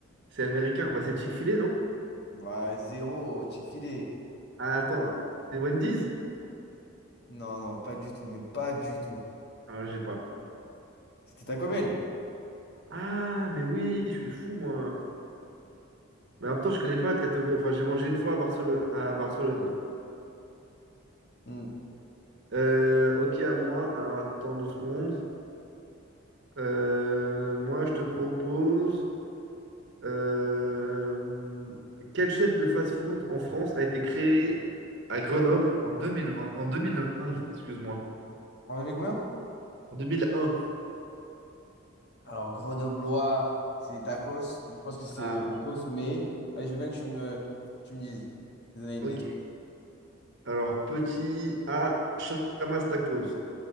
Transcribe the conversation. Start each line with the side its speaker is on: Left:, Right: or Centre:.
Right: c'est américain. Bah c'est Chick-fil-A, non?
Left: Bah, zéro, Chick-fil-A.
Right: Ah, attends,
Left: Non,
Right: c'est Wendy's?
Left: non, non, pas du tout, mais pas du tout.
Right: Ah, je sais pas.
Left: C'était Taco Bell.
Right: Ah, mais oui, je suis fou, moi. Mais en même temps, je connais pas Katobe. Enfin, j'ai mangé une fois à Barcelone, à Barcelone, ouais.
Left: Hmm.
Right: Euh, ok, à moi. Alors, attends deux secondes. Euh, moi, je te propose... euh, quelle chaîne de fast-food en France a été créée à Grenoble en 2020, en 2001, excuse-moi.
Left: On avait mis combien?
Right: En 2001.
Left: Alors, grenoblois, c'est des tacos, donc je pense que c'est
Right: Ah,
Left: tacos, mais ouais, je veux bien que tu me, tu me dises. Des années- des
Right: ok.
Left: trucs.
Right: Alors, petit A, Chamas Tacos.